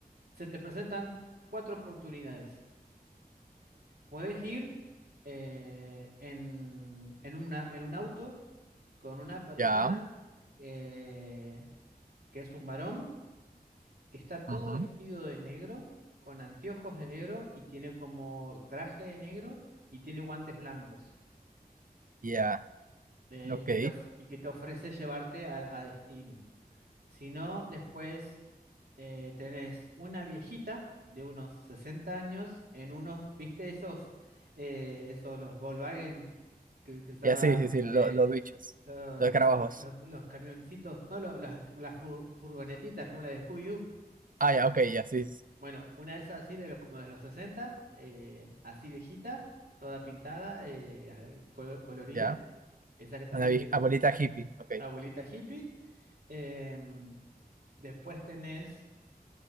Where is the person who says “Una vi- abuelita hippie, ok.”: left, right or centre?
Right